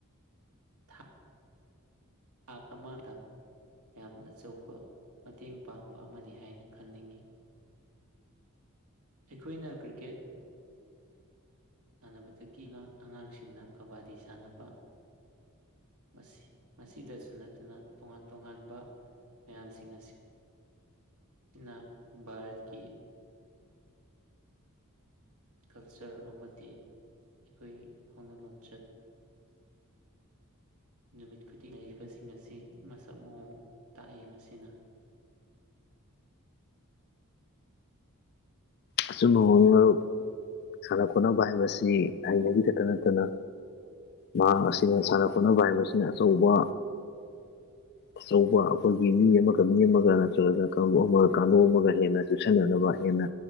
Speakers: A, on the right; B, on the left.
A: ꯊꯥ ꯊꯥꯛ ꯑꯃꯗ ꯌꯥꯝꯅ ꯑꯆꯧꯕ ꯃꯇꯦꯡ ꯄꯥꯡꯕ ꯑꯃꯅꯤ ꯍꯥꯏꯅ ꯈꯟꯅꯤꯡꯉꯤ ꯑꯩꯈꯣꯏꯅ ꯀ꯭ꯔꯤꯀꯦꯠ ꯁꯥꯟꯅꯕꯗꯒꯤꯅ ꯑꯉꯥꯡꯁꯤꯡꯅ ꯀꯕꯥꯗꯤ ꯁꯥꯟꯅꯕ ꯃꯁꯤ ꯃꯁꯤꯗꯁꯨ ꯅꯠꯇꯅ ꯇꯣꯉꯥꯟ ꯇꯣꯉꯥꯟꯕ ꯃꯌꯥꯝꯁꯤꯡ ꯑꯁꯤ ꯅ ꯚꯥꯔꯠꯀꯤ ꯀꯜꯆꯔ ꯑꯃꯗꯤ ꯑꯩꯈꯣꯏꯒꯤ ꯍꯧꯅ ꯂꯣꯟꯆꯠ ꯅꯨꯃꯤꯠ ꯈꯨꯗꯤꯡꯒꯤ ꯂꯩꯔꯤꯕꯁꯤꯡ ꯑꯁꯤ ꯃꯁꯛ ꯃꯑꯣꯡ ꯇꯥꯛꯏ ꯃꯁꯤꯅ
B: ꯑꯆꯨꯝꯕ <unintelligible> ꯃꯔꯨꯞ ꯁꯥꯟꯅ ꯈꯣꯠꯅꯕ ꯍꯥꯏꯕꯁꯤ ꯍꯩꯕꯒꯤ ꯈꯛꯇ ꯅꯠꯇꯅ ꯃꯍꯥꯛ ꯑꯁꯤꯅ ꯁꯥꯟꯅ ꯈꯣꯠꯅꯕ ꯍꯥꯏꯕꯁꯤꯅ ꯑꯆꯧꯕ
A: <inaudible>
B: ꯑꯆꯧꯕ ꯑꯩꯈꯣꯏꯒꯤ ꯃꯤ ꯑꯃꯒ ꯃꯤ ꯑꯃꯒ ꯅꯠꯇ꯭ꯔꯒ ꯀꯥꯡꯕꯨ ꯑꯃꯒ ꯀꯥꯡꯕꯨ ꯑꯃꯒ ꯍꯦꯟꯅ ꯆꯨꯁꯟꯅꯅꯕ ꯍꯦꯟꯅ